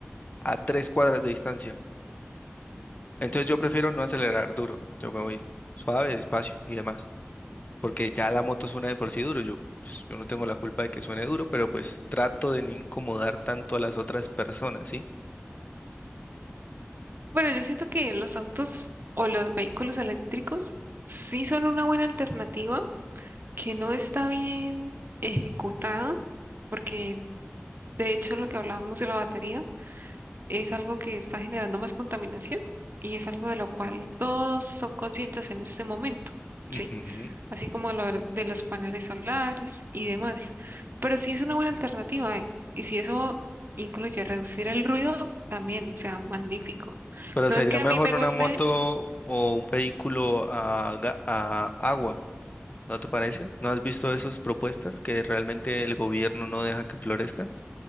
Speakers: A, on the left; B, on the right.
A: a tres cuadras de distancia. Entonces yo prefiero no acelerar duro. Yo me voy suave, despacio y demás. Porque ya la moto suena de por sí duro. Yo, pues, yo no tengo la culpa de que suene duro, pero pues trato de no incomodar tanto a las otras personas, ¿sí?
B: bueno, yo siento que los autos o los vehículos eléctricos sí son una buena alternativa que no está bien ejecutada, porque de hecho lo que hablábamos de la batería es algo que está generando más contaminación y es algo de lo cual todos son conscientes en este momento,
A: Ujú.
B: ¿sí? así como lo de los paneles solares y demás. Pero sí es una buena alternativa y si eso incluye reducir el ruido, también, o sea, magnífico.
A: Pero
B: No
A: sería
B: es que a
A: mejor
B: mí me
A: una
B: guste,
A: moto o un vehículo a, ga- a agua, ¿no te parece? ¿No has visto esas propuestas que realmente el gobierno no deja que florezcan?